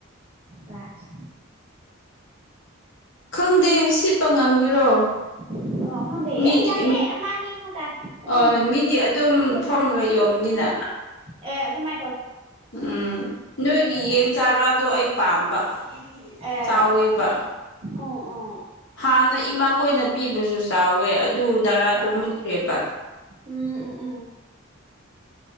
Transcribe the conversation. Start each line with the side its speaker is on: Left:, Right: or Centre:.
Right: ꯔꯥꯁ
Left: ꯈꯪꯗꯦ ꯁꯤꯠꯄ ꯉꯝꯒꯤꯔꯣ
Right: <inaudible> ꯑꯣ ꯈꯪꯗꯦ
Left: ꯃꯤꯗꯤ
Right: ꯑꯦ ꯌꯥꯝꯗ꯭ꯔꯦ ꯑꯃꯅꯤ ꯑꯅꯤ ꯈꯛꯇ ꯑꯗꯨꯝ
Left: ꯍꯣꯏ ꯃꯤꯗꯤ ꯑꯗꯨꯝ
Right: ꯈꯣꯠꯁꯑꯒꯦ
Left: ꯐꯝꯃꯒ ꯌꯣꯝꯕꯅꯤꯅ
Right: ꯑꯦ ꯑꯗꯨ ꯃꯥꯏ
Left: ꯎꯝ ꯅꯣꯏꯒꯤ
Right: ꯑꯦ
Left: ꯌꯦꯟ ꯆꯥꯔꯥꯗꯣ ꯑꯩ ꯄꯥꯝꯕ
Right: ꯑꯦ
Left: ꯆꯎꯦꯕ
Right: ꯎꯝ ꯎꯝ
Left: ꯍꯥꯥ ꯅ ꯏꯃꯥꯈꯣꯏꯅ ꯄꯤꯕꯁꯨ ꯆꯥꯎꯋꯦ ꯑꯗꯨ ꯗꯥꯔꯥꯗꯣ
Right: ꯑꯦ
Left: ꯃꯨꯠꯈ꯭ꯔꯦꯕ
Right: ꯎꯝ ꯎꯝ ꯎꯝ